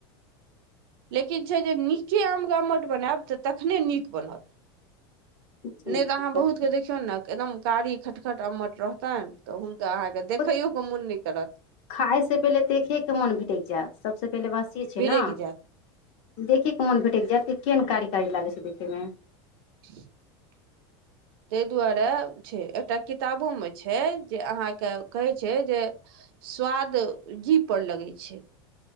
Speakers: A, on the right (about 65°); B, on the left (about 45°).
A: लेकिन छै जे नीके आम के अम्मट बनायब तऽ तखने नीक बनत
B: जी
A: नहि
B: एकदम
A: तऽ अहाँ बहुत के देखियौ ने एकदम कारी खटखट अम्मट रहतैनि तऽ हुनका अहाँके
B: बहुत
A: देखैयो के मुन नहि करत
B: खाय से पहिले देखे के मोन भेटै जायत सभसे पहिले बात ई छै
A: भिरैक
B: ने
A: जायत
B: देखे के मोन भेटैक जायत कि केहन कारी कारी लागै छै देखैमे
A: <inaudible> <inaudible> तै दुआरे छै एकटा किताबो मे छै जे अहाँ के कहै छै जे स्वाद जी पर लगै छै